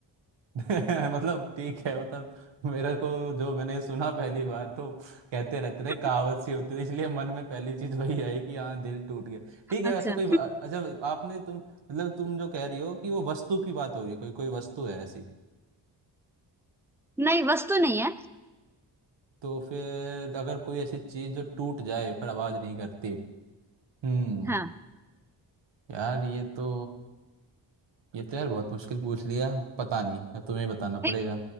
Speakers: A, on the right; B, in the centre.
A: <laughs> मतलब ठीक है मतलब मेरे को जो मैंने सुना पहली बार तो कहते रहते
B: <laughs>
A: थे कहावत सी होती थी इसलिए मन में पहली चीज <laughs> वही आई कि हाँ दिल टूट गया ठीक है
B: अच्छा
A: वैसे कोई बा- अच्छा आपने तुम मतलब तुम जो कह रही हो कि वो वस्तु की बात हो रही है कोई कोई वस्तु है ऐसी
B: नहीं वस्तु नहीं है
A: तो फिर अगर कोई ऐसी चीज जो टूट जाए पर आवाज नहीं करती हम्म
B: हाँ
A: यार ये तो ये तो यार बहुत मुश्किल पूछ लिया पता नहीं अब तुम्हें ही बताना
B: नहीं
A: पड़ेगा